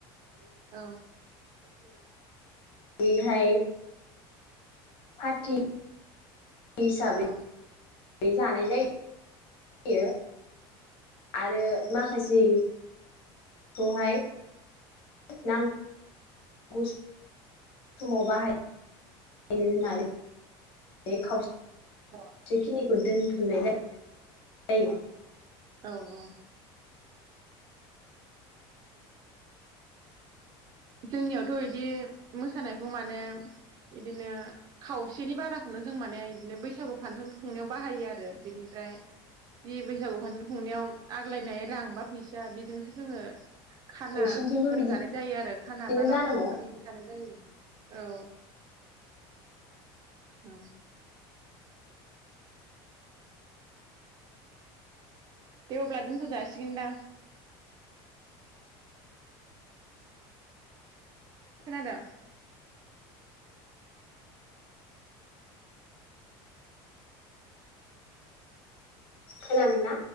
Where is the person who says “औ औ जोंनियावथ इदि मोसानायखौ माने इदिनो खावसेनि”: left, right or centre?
Right